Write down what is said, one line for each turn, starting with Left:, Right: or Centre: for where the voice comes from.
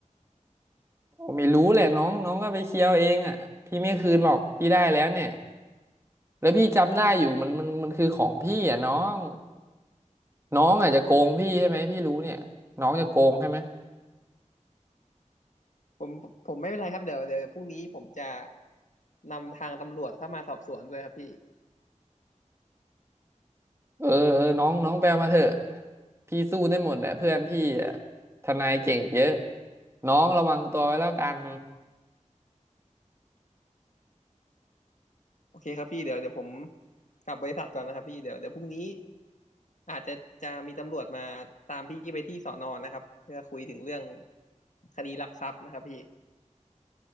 Right: ผมไม่รู้แหละน้องน้องก็ไปเคลียร์เอาเองอ่ะพี่ไม่คืนหรอกพี่ได้แล้วเนี่ยแล้วพี่จำได้อยู่มันมันมันคือของพี่อ่ะน้องน้องอาจจะโกงพี่ใช่ไหมพี่รู้เนี่ยน้องจะโกงใช่ไหม
Left: ผมผมไม่เป็นไรครับเดี๋ยวเดี๋ยวพรุ่งนี้ผมจะนำทางตำรวจเข้ามาสอบสวนด้วยครับพี่
Right: เออเออน้องน้องไปเอามาเถอะพี่สู้ได้หมดแหละเพื่อนพี่อ่ะทนายเก่งเยอะน้องระวังตัวไว้แล้วกัน
Left: โอเคครับพี่เดี๋ยวเดี๋ยวผมกลับบริษัทก่อนนะครับพี่เดี๋ยวเดี๋ยวพรุ่งนี้อาจจะจะมีตำรวจมาตามพี่ไปที่สอนอนะครับเพื่อคุยถึงเรื่องคดีลักทรัพย์นะครับพี่